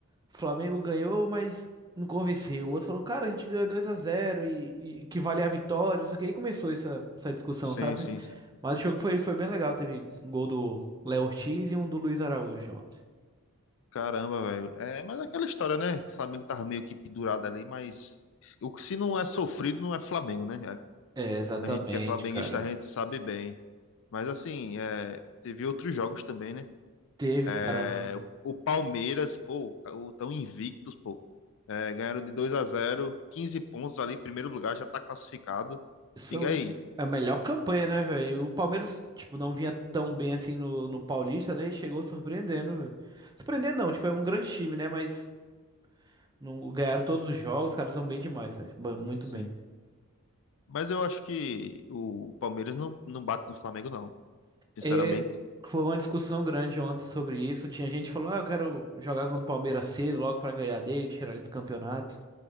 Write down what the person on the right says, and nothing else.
Flamengo ganhou, mas não convenceu. O outro falou, cara, a gente ganhou 2 a zero e, e que vale a vitória, não sei o que. E começou essa, essa discussão,
sabe?
Mas
o jogo foi, foi bem legal. Teve um gol do Léo Ortiz e um do Luiz Araújo ontem.
É, exatamente,
cara.
Teve,
cara.
São
é a melhor campanha, né, velho? O Palmeiras, tipo, não vinha tão bem assim no, no Paulista, né? E chegou surpreendendo, velho. Surpreendendo não, tipo, é um grande time, né? Mas Não, ganharam todos os jogos, os caras são bem demais, cara. Ba- Muito
bem.
E foi uma discussão grande ontem sobre isso. Tinha gente que falou, ah, eu quero jogar contra o Palmeiras cedo, logo pra ganhar dele, tirar eles do campeonato.